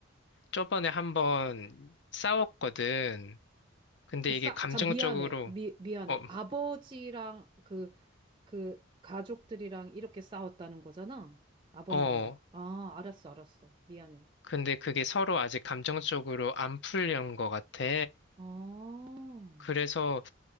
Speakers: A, on the left; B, on the right.
A: 저번에 한번 싸웠거든. 근데
B: 그 싸,
A: 이게 감정적으로,
B: 참, 미안해. 미, 미안해.
A: 어,
B: 아버지랑 그, 그 가족들이랑 이렇게 싸웠다는 거잖아? 아버님이랑.
A: 어,
B: 아, 알았어, 알았어. 미안해.
A: 근데 그게 서로
B: 응.
A: 아직 감정적으로 안 풀린 것 같아.
B: 아, 어,
A: 그래서